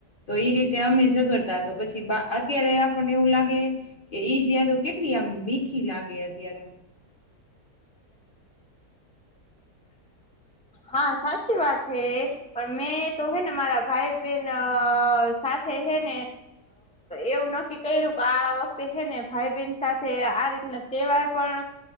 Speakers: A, on the left; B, in the centre.
A: તો એ રીતે અમે ઝઘડતા તો પછી બા અત્યારે આપને એવું લાગે, કે ઈ જ યાદો કેટલી આમ મીઠી લાગે અત્યારે.
B: હા સાચી વાત હે, પણ મેં તો હે ને મારા ભાઈ બહેન સાથે હેને, એવું નક્કી કર્યું કે આ વખતે હેને ભાઈ બહેન સાથે આ રીત તહેવાર પણ,